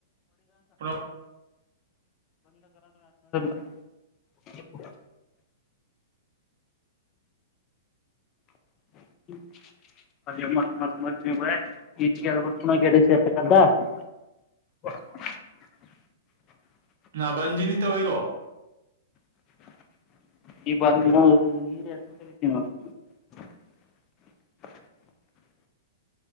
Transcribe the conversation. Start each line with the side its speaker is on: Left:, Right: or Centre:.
Right: ಪುನಃ
Left: <unintelligible> <unintelligible> <unintelligible>
Right: ನಾ ಬಂದಿನಿ ತೊಯಿರೋ
Left: <unintelligible>